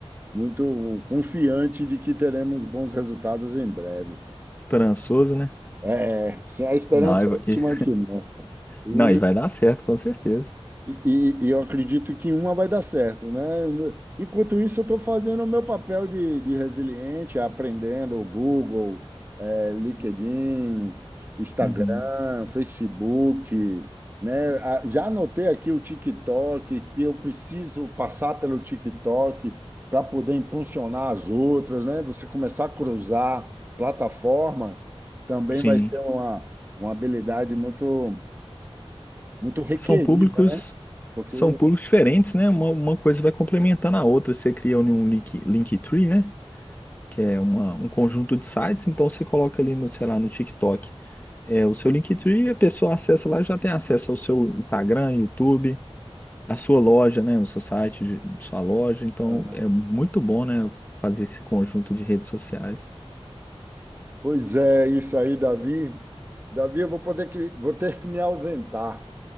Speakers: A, on the right; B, on the left.
A: muito confiante de que teremos bons resultados em breve.
B: Esperançoso, né?
A: É, se a esperança
B: Não, e, vai-
A: é última
B: e-
A: que não. E
B: não, e vai dar certo, com certeza.
A: E, e- eu acredito que uma vai dar certo, né? Enquanto isso, eu estou fazendo o meu papel de, de resiliente, aprendendo o Google, eh, LinkedIn, Instagram,
B: Uhum.
A: Facebook, né? Ah, Já anotei aqui o TikTok, que eu preciso passar pelo TikTok para poder impulsionar as outras, né? Você começar a cruzar plataformas também
B: Sim.
A: vai ser uma, uma habilidade muito, muito requerida,
B: São públicos,
A: né? Porque
B: são públicos diferentes, né? Uma, uma coisa vai complementando a outra. Você cria um link, Linktree, né? Que é uma, um conjunto de sites, então você coloca ali no, sei lá, no TikTok. É, o seu Linktree, a pessoa acessa lá e já tem acesso ao seu Instagram, YouTube. na sua loja, né, no seu site, de- sua loja. Então
A: Aham.
B: é muito bom, né, fazer esse conjunto de redes sociais.
A: Pois é, isso aí, Davi. Davi, eu vou poder que, vou ter que me ausentar.